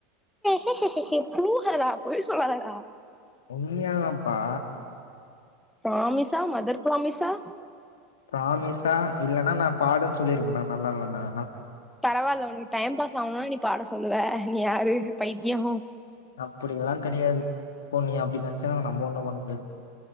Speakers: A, in the centre; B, on the left.
A: ஹஹ்ஹ ஹஹ்ஹஹே புழுகாரடா பொய் சொல்லாதடா
B: உண்மயதாப்பா
A: பிராமிசா மதர் பிராமிசா
B: பிராமிசா இல்லனா நா பாடுன்னு சொல்லிருப்பேன்ணா நல்லா இல்லணா
A: பரவால்ல நீ டைம் பாஸ் ஆவனும்னா நீ பாட சொல்லுவ நீ யாரு பைதியோ
B: அப்டியெல்லா கிடயாது இப்போ நீ அப்டி நெனசின்னா நம்ம ஒண்ணு பண்ண முடியாது